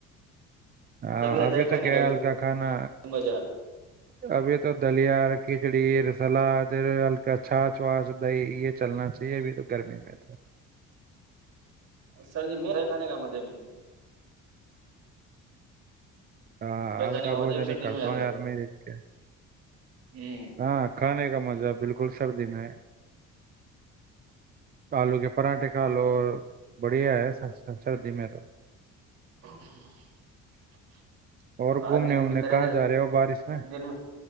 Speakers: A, on the right; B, on the right.
A: ہاں
B: آتا
A: ابھی تو
B: کھانے
A: کیا
B: کا بھی
A: ہے ہلکا کھانا
B: مزہ
A: ابھی تو دلیا کھچڑی سلاد ہلکا چاچ واچھ دہی یہ چلنا چاہیے ابھی تو گرمی میں تو
B: سردی م رہ ک نہیں کا مھےب
A: ہاں
B: بھائی
A: ہلکا
B: کھانے کا مزہ
A: بوجھ
B: بھی
A: نہیں
B: سردی
A: کرتا
B: میں آتا
A: ہوں یار میں ایک کے
B: ہے ہوں
A: ہاں کھانے کا مزہ بالکل گل سردی میں آلو کے پراٹھے کھا لو اور بڑھیا ہے سردی میں تو
B: <inaudible>
A: اور گھومنے
B: آ دن
A: وومنے
B: میں نریندر
A: کہاں جا رہے ہو بارش
B: دن میں